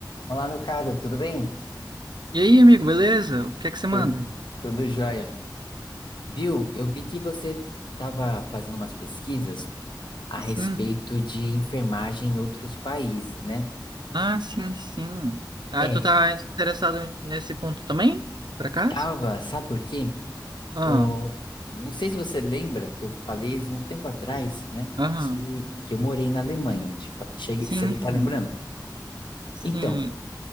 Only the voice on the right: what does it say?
E aí, amigo, beleza? O que é que você
manda?
Sim.
Ah, sim, sim. Ah,
tu tá interessado nesse ponto também? Por acaso?
Ah,
aham.
Sim,
sim.
Sim,